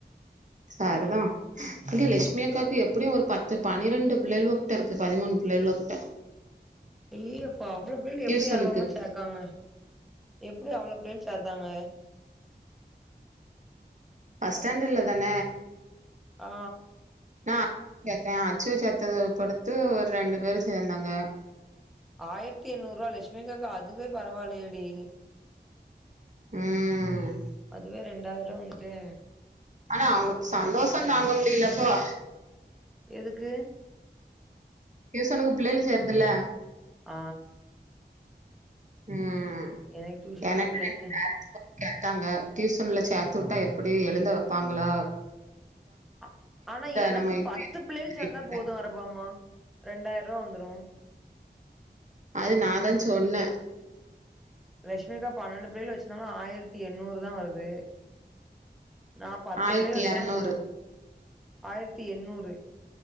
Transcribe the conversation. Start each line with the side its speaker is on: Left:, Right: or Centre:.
Right: சர்தா இங்க லெஷ்மி அக்காக்கு எப்டியு ஒரு பத்து பனிரண்டு பிள்ளைள்வோகிட்ட இருக்கு பதிமூணு பிள்ளைள்வோகிட்ட
Centre: ஏ அப்பா அவ்ளோ பிள்ளைள்
Right: டியூசனுக்கு
Centre: எப்டி அரவாம சேக்காங்க எப்டி அவ்ளோ பிள்ளைள் சேத்தாங்க
Right: பஸ் ஸ்டாண்ட்ர்ல தான
Centre: ஆ
Right: நா சேர்த்தே அச்சுவ சேர்த்தது பொடுத்து ஒரு ரெண்டு பேரு சேந்தாங்க
Centre: ஆயிரத்தி எண்ணூறு ரூபா லஷ்மிகாக்கு அதுவே பரவாயில்லையேடி
Right: ம்
Centre: அதுவே ரெண்டாயிரூவா வந்துட்டே
Right: ஆனா அவங்களுக்கு சந்தோஷ தாங்க முடியலப்பா
Centre: எதுக்கு
Right: டியூசனுக்கு பிள்ளைல சேருதுள்ள
Centre: ஆ
Right: ம்
Centre: எனக்கு டியூஷனுக்கு
Right: எனக்கு
Centre: பிள்ளைங்க
Right: ரெண்டு பேரண்ட்ஸ் கேட்டாங்க டியூசன்ல சேத்து வுட்டா எப்டி எழுத வப்பாங்களா?
Centre: ஆ ஆனா எனக்கு
Right: நம்ம இப்ப
Centre: பத்து பிளைகள் சேந்தா போது அரபமா ரெண்டாயிருவா வந்துரு
Right: அது நாதா சொன்ன
Centre: ரஷ்மிகா பன்னெண்டு பிள்ளைல வச்சுனாலும் ஆயிரத்தி எண்ணூறு தா வருது நா பத்து
Right: ஆயிரத்தி
Centre: பேர் வச்சாலு
Right: எரநூறு
Centre: எனக் ஆயிரத்தி எண்ணூறு